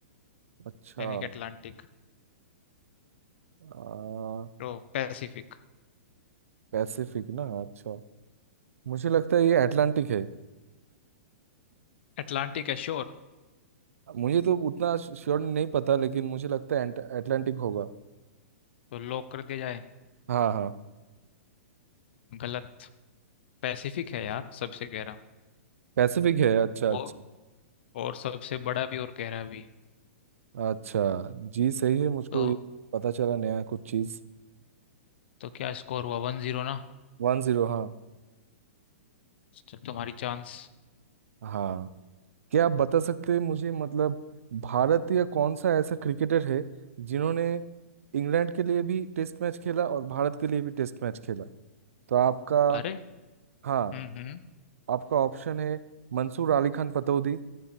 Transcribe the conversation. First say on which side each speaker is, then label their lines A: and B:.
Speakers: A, on the right (about 75°); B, on the left (about 50°).
A: अच्छा
B: यानी कि अटलांटिक
A: आ,
B: ओ पैसिफिक
A: पैसिफिक ना अच्छा मुझे लगता है ये अटलांटिक है
B: अटलांटिक है श्योर
A: मुझे तो उतना श्योर नहीं पता लेकिन मुझे लगता है अटलांटिक होगा
B: तो लॉक कर दिया जाए
A: हाँ हाँ
B: गलत पैसिफिक है यार सबसे गहरा
A: पैसिफिक है अच्छा अच्छा
B: और और सबसे बड़ा भी और गहरा भी
A: अच्छा जी सही है मुझको
B: तो
A: ये पता चला नया कुछ चीज़
B: तो क्या स्कोर हुआ वन जीरो ना
A: वन जीरो हाँ
B: तो तुम्हारी चांस
A: हाँ क्या आप बता सकते हैं मुझे मतलब भारत या कौन सा ऐसा क्रिकेटर है जिन्होंने इंग्लैंड के लिए भी टेस्ट मैच खेला और भारत के लिए भी टेस्ट मैच खेला तो आपका
B: अरे
A: हाँ
B: हम्म हम्म
A: आपका ऑप्शन है मंसूर अली खान पतौदी